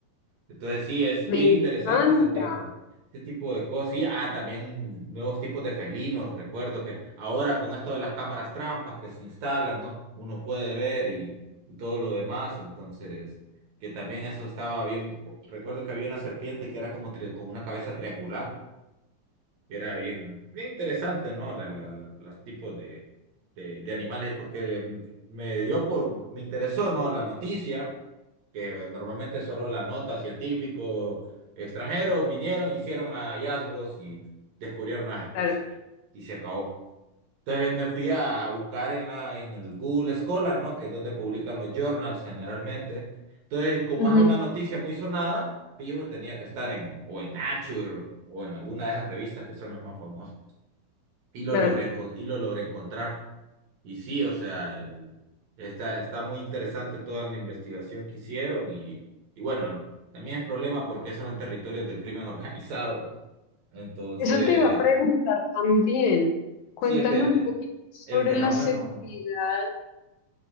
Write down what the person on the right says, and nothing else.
Entonces, sí, es
bien interesante
ese tipo, ese tipo de cosas. Sí, ah, también nuevos tipos de felinos, recuerdo que ahora con esto de las cámaras trampas que se instalan, ¿no? Uno puede ver y, y todo lo demás, entonces que también eso estaba bien. Recuerdo que había una serpiente que era como tri- con una cabeza triangular. Y era bien, bien interesante, ¿no? La, la, la- los tipos de, de, de animales, porque mm, me dio por, me interesó, ¿no? La noticia, que normalmente solo la nota científico, extranjeros vinieron, hicieron hallazgos y descubrieron unas especies.
Y se acabó. Entonces me fui a buscar en la, en el Google Scholar, ¿no? Que es donde publican los journals generalmente. Entonces, como
es una noticia muy sonada, fijo, tenía que estar en, o en Nature, o en alguna de esas revistas que son las más famosas. Y lo
logré, enco- y lo logré encontrar. Y sí, o sea, el- está, está muy interesante toda la investigación que hicieron. Y, y bueno, también es problema porque esos son territorios del crimen <laughs> organizado. Entonces,
sí, es que el
el fenómeno.